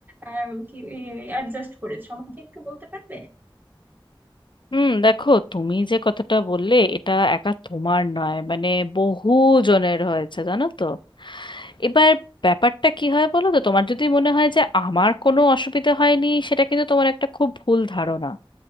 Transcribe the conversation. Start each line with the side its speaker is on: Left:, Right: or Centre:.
Right: আহ, কি অ্যাডজাস্ট করেছো আমাকে একটু বলতে পারবে
Left: হুম দেখো তুমি যে কথাটা বললে এটা একা তোমার নয় মানে বহু জনের হয়েছে জানো তো এবার ব্যাপারটা কি হয় বলো তো তোমার যদি মনে হয় যে আমার কোনো অসুবিধা হয়নি সেটা কিন্তু তোমার একটা খুব ভুল ধারণা